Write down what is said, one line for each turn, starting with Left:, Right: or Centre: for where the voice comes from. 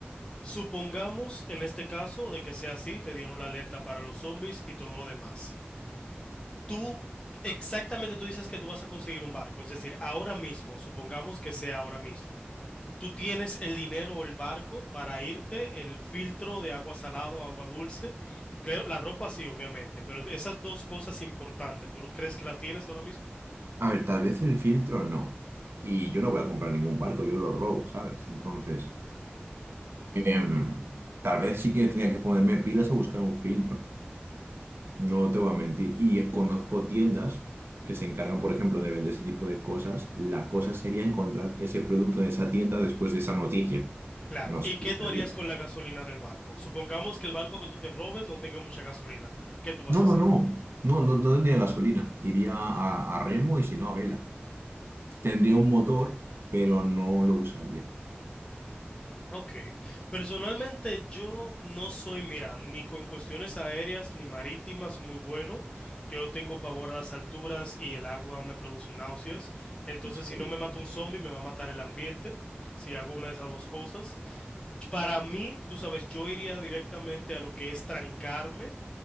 Left: Supongamos en este caso de que sea así, te dieron la alerta para los zombies y todo lo demás. Tú, exactamente tú dices que tú vas a conseguir un barco, es decir, ahora mismo, supongamos que sea ahora mismo, tú tienes el dinero o el barco para irte, el filtro de agua salada o agua dulce, creo, la ropa sí, obviamente, pero esas dos cosas importantes, ¿tú lo crees que la tienes ahora mismo?
Right: A ver, tal vez el filtro no. Y yo no voy a comprar ningún barco, yo lo robo, ¿sabes? Entonces, em, tal vez sí que tenía que ponerme pilas a buscar un filtro. No te voy a mentir. Y conozco tiendas que se encargan, por ejemplo, de vender ese tipo de cosas. La cosa sería encontrar ese producto en esa tienda después de esa noticia.
Left: Claro,
Right: No
Left: ¿y
Right: sé si
Left: qué
Right: está
Left: tú harías
Right: bien.
Left: con la gasolina del barco? Supongamos que el barco que tú te robes no tenga mucha gasolina, ¿qué tú vas
Right: No,
Left: a hacer?
Right: no, no. No, no, no tendría gasolina. Iría a, a remo y si no a vela. Tendría un motor, pero no lo usaría.
Left: Ok, personalmente yo no soy, mira, ni con cuestiones aéreas ni marítimas muy bueno. Yo tengo pavor a las alturas y el agua me produce náuseas. Entonces,
Right: O sea,
Left: si no me mata un zombie, me va a matar el ambiente, si hago una de esas dos cosas. Para mí, tú sabes, yo iría directamente a lo que es trancarme